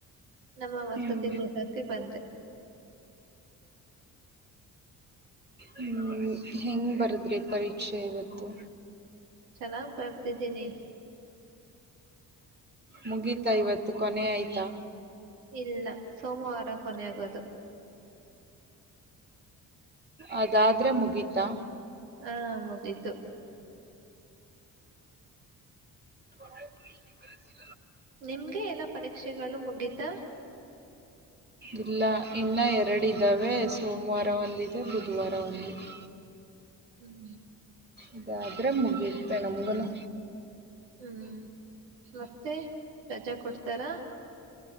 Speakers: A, on the right; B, on the right.
A: ನಮ್ಮ ವಸ್ತ
B: ಹ್ಮ್
A: ಸತ್ಯಗ್ರಹಕ್ಕೆ ಬಂದೆ
B: ಹ್ಮ್ ಹೆಂಗ್ ಬರದ್ರಿ ಪರೀಕ್ಷೆ ಇವತ್ತು
A: ಚೆನ್ನಾಗ್ ಬರ್ತಿದ್ದೀನಿ
B: ಮುಗೀತಾ ಇವತ್ತು ಕೊನೆ ಆಯ್ತಾ
A: ಇಲ್ಲ ಸೋಮವಾರ ಕೊನೆಯಾಗದು
B: ಅದಾದ್ರೆ ಮುಗೀತಾ
A: ಹಾ ಮುಗೀತು
B: <unintelligible>
A: ನಿಮ್ಗೆ ಎಲ್ಲ ಪರೀಕ್ಷೆಗಳು ಮುಗೀತಾ
B: ಇಲ್ಲ ಇನ್ನ ಎರಡಿದ್ದಾವೆ ಸೋಮವಾರ ಒಂದಿದೆ ಬುಧವಾರ ಒಂದಿದೆ
A: ಹ್ಮ್
B: ಅದಾದ್ರೆ ಮುಗಿತ್ <unintelligible> ನಮುಗುನು
A: ಹ್ಮ್ ಮತ್ತೆ ರಜಾ ಕೊಡ್ತಾರ